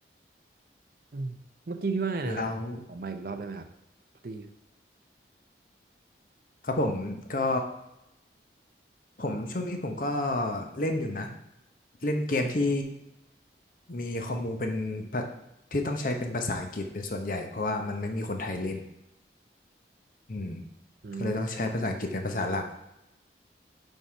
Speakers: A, on the right (about 55°); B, on the left (about 50°).
A: อืมเมื่อกี้พี่ว่าไงนะครับออกมาอีกรอบได้ไหมครับพอดี
B: แล้วครับผมก็ผมช่วงนี้ผมก็เล่นอยู่นะเล่นเกมที่มีคอมมูเป็นภาที่ต้องใช้เป็นภาษาอังกฤษเป็นส่วนใหญ่เพราะว่ามันไม่มีคนไทยเล่นอืม
A: อืม
B: ก็เลยต้องใช้ภาษาอังกฤษเป็นภาษาหลัก